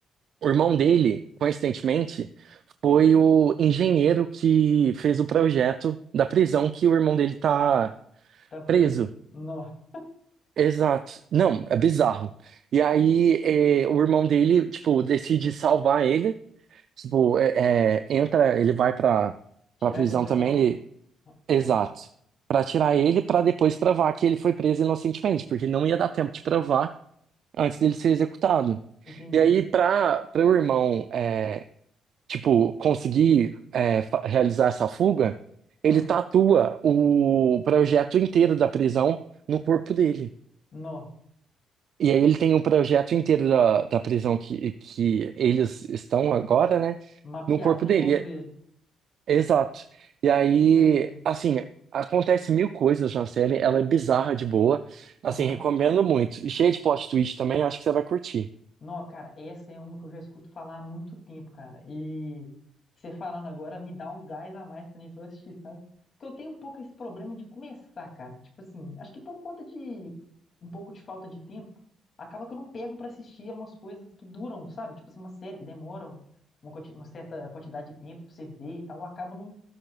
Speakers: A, on the right; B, on the left.
A: o irmão dele, coincidentemente, foi o engenheiro que fez o projeto da prisão que o irmão dele tá
B: Tá preso.
A: preso.
B: Nó.
A: Exato. Não, é bizarro. E aí, é, o irmão dele, tipo, decide salvar ele. Tipo, é, é, entra, ele vai pra,
B: Tirar
A: pra prisão
B: ele da prisão,
A: também.
B: né? Ah,
A: Exato.
B: Aham.
A: Pra tirar ele, pra depois provar que ele foi preso inocentemente, porque não ia dar tempo de provar antes dele ser executado.
B: Entendi.
A: E aí, pra para o irmão, é, tipo, conseguir é, fa- realizar essa fuga,
B: Ah,
A: ele tatua o projeto inteiro da prisão no corpo dele.
B: nó.
A: E aí ele tem o projeto inteiro da, da prisão que, que eles estão agora, né?
B: Mapeado
A: No corpo
B: no
A: dele.
B: corpo dele.
A: Exato. E aí,
B: Que doideira.
A: assim, acontece mil coisas na série, ela é bizarra de boa. Assim,
B: Aham.
A: recomendo muito. E cheia de plot twist também, acho que você vai curtir.
B: Não, cara, essa é uma que eu já escuto falar há muito tempo, cara. E você falando agora me dá um gás a mais também pra eu assistir, sabe? Porque eu tenho um pouco esse problema de começar, cara. Tipo assim, acho que por conta de um pouco de falta de tempo, acaba que eu não pego pra assistir umas coisas que duram, sabe? Tipo assim, uma série que demora uma, quanti- uma certa quantidade de tempo pra você ver e tal. Eu acabo não,